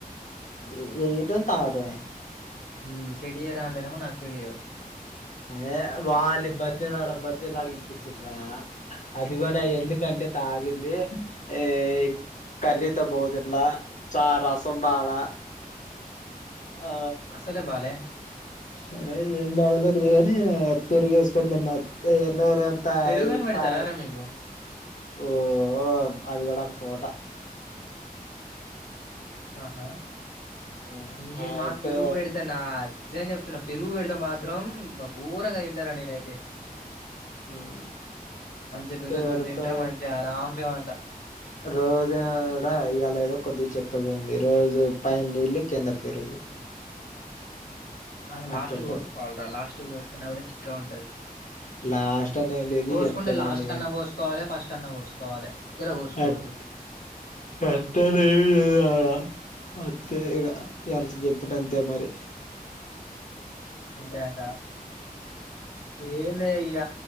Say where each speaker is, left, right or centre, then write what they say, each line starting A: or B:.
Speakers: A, on the left; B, on the left.
A: ఇ ఇ ఇటోత్తే తాగటమే
B: హ్మ్ చెడయే రా అంటనేమో నాకు చెడయవు
A: ఏ వాలి బతిమిలాడి బతిమిలాడి ఇప్పిచింట్రా అది కూడా ఎందు కంటే అరే తాగింది ఏయ్ కర్రీ తో బాగా తిన్నా చా రసం బాలా ఆ
B: అసలే బాలే
A: అరే ఏం బాగా లేదులేగాని పెరుగు వేసుకోని తిన్నా అంతే ఇక నోరంతా
B: పెరుగుగాని
A: అంతా
B: పెడతారారా
A: పాన్
B: మీకు
A: ఓ అది కూడా ఒక తోట
B: ఆహా
A: ఉమ్
B: ఇంకేమ్
A: ఆ
B: మాకు
A: పే
B: పెరుగు పెడితన్నావా నిజం చెప్ చెప్తున్న పెరుగు పెడతే మాత్రం బ్బా ఘోరంగా తింటారా నేనైతే
A: మ్
B: మంచి పెరుగుతోని
A: పెడితే
B: తింటాం మంచి ఆరాం సేవంట
A: రోజు కూడా ఇయ్యాలా ఏదో కొద్ది చక్కగా ఉంది రోజు పైన నీళ్లు కింద పెరుగు <inaudible>
B: అని లాస్ట్
A: అట్టుంటది
B: పోసుకోవాలిరా లాస్ట్ పోసుకున్నప్పుడే చిక్కాగ ఉంటది
A: లాస్ట్ అనేం లేదు
B: పోసుకుంటే
A: ఎట్టనేని
B: లాస్ట్ కన్నా పోసుకోవాలి ఫస్ట్ అన్నా పోసుకోవాలి మధ్యలో పోసుకోవద్దు
A: అట్ అంతేలే రా అంతే ఇగ ఎంత చెప్పినా అంతే మరి
B: అంతే అంటావా ఏలే ఇగ